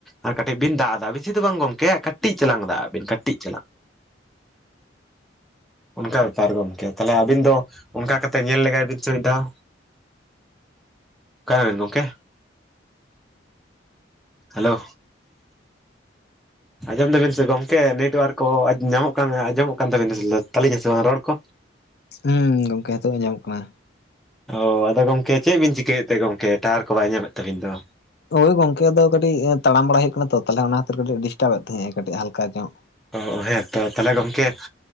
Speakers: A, in the centre; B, on the left.
A: ᱟᱨ ᱠᱟᱹᱴᱤᱡ ᱵᱤᱱ ᱫᱟᱜ ᱟᱫᱟ, ᱵᱮᱥᱤ ᱫᱚ ᱜᱚᱢᱠᱮ ᱠᱟᱹᱴᱤᱡ ᱪᱟᱞᱟᱝ ᱫᱟᱜᱼᱟ ᱵᱤᱱ ᱠᱟᱹᱴᱤᱡ ᱪᱟᱞᱟᱝ <inaudible> ᱚᱱᱠᱟ ᱵᱮᱯᱟᱨ ᱜᱚᱢᱠᱮ, ᱛᱟᱦᱚᱞᱮ ᱟᱹᱵᱤᱱ ᱫᱚ ᱚᱱᱠᱟ ᱠᱟᱛᱮ ᱧᱮᱞ ᱞᱮᱜᱟᱭ ᱵᱤᱱ ᱥᱮ ᱢᱤᱫ ᱫᱷᱟᱣ᱾ ᱚᱠᱟᱭᱮᱱᱟ ᱵᱤᱱ ᱜᱚᱢᱠᱮ? ᱦᱮᱞᱳ! ᱟᱸᱡᱚᱢ ᱮᱫᱟ ᱵᱤᱱ ᱥᱮ ᱜᱚᱝᱠᱮ ᱱᱟᱹᱭᱴ ᱣᱟᱨᱠ ᱠᱚ ᱟ ᱧᱟᱢᱚᱜ ᱠᱟᱱ ᱫᱚ, ᱟᱸᱡᱚᱢᱚᱜ ᱠᱟᱱ ᱛᱟᱹᱵᱤᱱᱟ ᱥᱮ ᱛᱟᱹᱞᱤᱧᱟ ᱥᱮ ᱵᱟᱝ ᱨᱚᱲ ᱠᱚ?
B: ᱦᱩᱸ ᱜᱚᱝᱠᱮ ᱦᱤᱛᱚᱜ ᱟᱸᱡᱚᱢᱚᱜ ᱠᱟᱱᱟ᱾
A: ᱚ ᱟᱫᱚ ᱜᱚᱢᱠᱮ ᱪᱮᱜ ᱵᱤᱱ ᱪᱤᱠᱟᱹᱭᱮᱫ ᱛᱮ ᱜᱚᱢᱠᱮ? ᱴᱟᱣᱟᱨ ᱠᱚ ᱵᱟᱭ ᱧᱟᱢᱮᱫ ᱛᱟᱹᱵᱤᱱ ᱫᱚ?
B: ᱦᱚᱭ ᱜᱚᱝᱠᱮ ᱟᱫᱚ ᱠᱟᱹᱴᱤᱡ ᱮᱸ ᱛᱟᱲᱟᱢ ᱵᱟᱲᱟᱭ ᱦᱩᱭᱩᱜ ᱠᱟᱱᱟ ᱛᱚ ᱛᱟᱦᱮᱞᱮ ᱚᱱᱟ ᱠᱷᱟᱹᱛᱤᱨ ᱠᱟᱹᱴᱤᱡ ᱰᱤᱥᱴᱟᱵ ᱮᱫ ᱛᱟᱦᱮᱸᱜᱼᱟ ᱠᱟᱹᱴᱤᱡ ᱦᱟᱞᱠᱟ ᱧᱚᱜ᱾
A: ᱚᱦᱚᱜ ᱦᱮᱸ ᱛᱚ, ᱛᱟᱦᱮᱞᱮ ᱜᱚᱝᱠᱮ